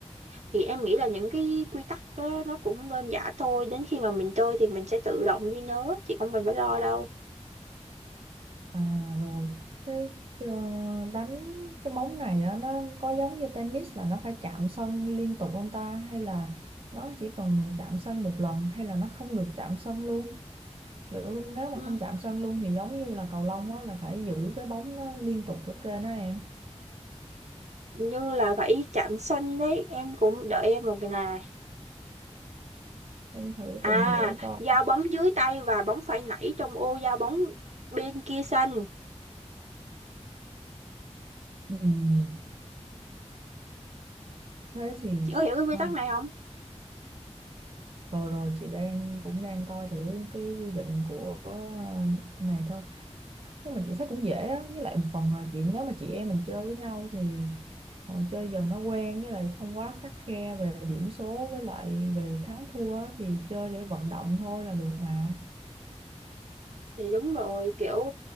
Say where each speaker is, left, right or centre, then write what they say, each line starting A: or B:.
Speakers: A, on the right; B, on the right.
A: Thì em nghĩ là những cái quy tắc á, nó cũng đơn giản thôi, đến khi mà mình chơi thì mình sẽ tự động ghi nhớ, chị không cần phải lo đâu.
B: À rồi, thế ờ, đánh cái bóng này á, nó có giống như tennis là nó phải chạm sân liên tục không ta? Hay là nó chỉ cần chạm sân một lần hay là nó không được chạm sân luôn? Kiểu nếu mà
A: Ừ,
B: không chạm sân luôn thì giống như là cầu lông á, là phải giữ cái bóng nó liên tục ở trên đó em.
A: như là phải chạm xanh đấy, em cũng đợi em một cái này.
B: Em thử
A: À,
B: tìm hiểu coi.
A: giao bóng dưới tay và bóng phải nảy trong ô giao bóng bên kia xanh.
B: Ừ, thế thì
A: Chị có hiểu cái quy
B: không.
A: tắc này không?
B: Rồi rồi chị đang cũng đang coi thử cái quy định của ờ, này thôi. Thế mình chỉ thấy cũng dễ á với lại một phần là chuyện nếu mà chị em mình chơi với nhau thì ờ, chơi dần nó quen với lại không quá khắt khe về điểm số với lại về thắng thua á, thì chơi để vận động thôi là được mà
A: thì đúng rồi kiểu